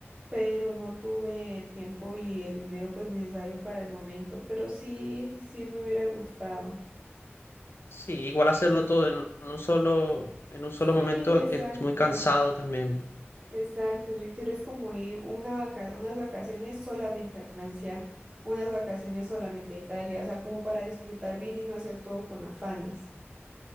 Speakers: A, on the right (about 20°); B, on the left (about 60°).
A: pero no tuve el tiempo y el dinero pues necesario para el momento, pero sí, sí me hubiera gustado.
B: sí, igual hacerlo todo en un solo, en un solo
A: Sí,
B: momento
A: exacto.
B: es muy cansado también.
A: Exacto, yo quiero es como ir una vaca- unas vacaciones solamente a Francia, unas vacaciones solamente a Italia, o sea, como para disfrutar bien y no hacer todo con afanes.